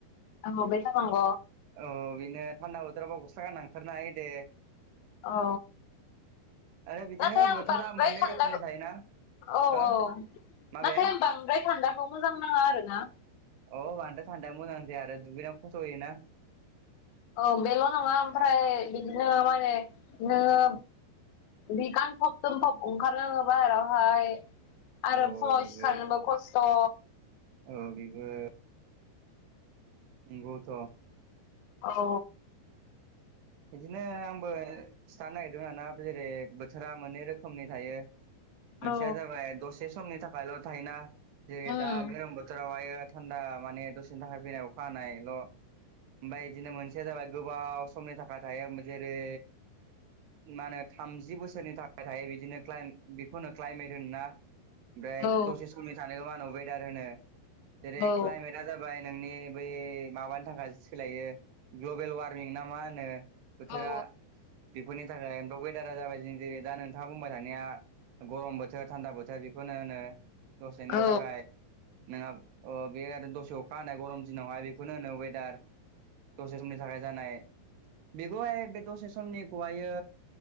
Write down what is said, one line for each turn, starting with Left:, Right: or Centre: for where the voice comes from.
Left: आं बबे थानांग
Right: औ बेनो थान्दा बोथोराबा गस्ला गानना ओंखारनो हायो दे ।
Left: औ
Right: आरो बिदिनो
Left: नाथाय आं
Right: बोथोरा
Left: बांद्राय
Right: मोननै
Left: थान्दाखौ
Right: रोखोमनि थायोना
Left: औ
Right: हो
Left: औ नाथाय
Right: माबे
Left: आं बांद्राय थान्दाखौ मोजां नाङा आरो ना
Right: अ बान्दो थान्दा मोजां जाया आरो दुगैना फस'योना
Left: औ बेल' नङा ओमफ्राय बिदिनो माने नोङो बि गानफब जोमफब ओंखारोङो बाहेरावहाय आरो
Right: औ
Left: फुंआव
Right: बेबो
Left: सिखारनोबो खस्थ'
Right: औ बेबो नोंगौथ'
Left: औ
Right: बिदिनो आंबो खिथानो नागिरदों आरोना जेरै बोथोरा मोननै रोखोमनि थायो । मोनसेया
Left: औ
Right: जाबाय दसे समनि थाखायल' थायोना जेरै
Left: उम
Right: दा गोलोम बोथोरावहाय थान्दा माने दसेनि थाखाय फैनाय अखा हानायल' ओमफ्राय बिदिनो मोनसेया जाबाय गोबाव समनि थाखाय थायो जेरै मा होनो थामजि बोसोरनि थाखाय थायो बिदिनो क्लाइन बेखौनो क्लाइमेट होनोना । ओमफ्राय
Left: औ
Right: दसे समनि थानायखौ मा होनो वेदार होनो जेरै
Left: औ
Right: क्लाइमेटआ जाबाय नोंनि बै माबानि थाखाय सोलायो ग्लबेल वारमिं ना मा होनो बोथोरा
Left: औ
Right: बेफोरनि थाखाय म वेदारा जाबाय जेरै दा नोंथाङा बुंबाय थानाया गरम बोथोर थान्दा बोथोर बेखौनो होनो दसेनि
Left: औ
Right: थाखाय नोंहा बे आरो दसे अखा होनाय गरम दिनावहाय बेखौनो होनो वेदार दसे समनि थाखाय जानाय बेखौहाय बे दसे समनिखौहायो